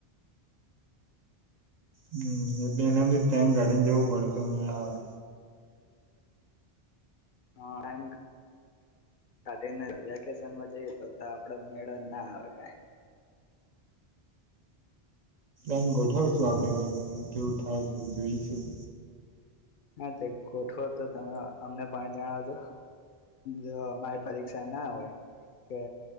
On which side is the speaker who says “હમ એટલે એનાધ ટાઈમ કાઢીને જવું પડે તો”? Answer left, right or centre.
Right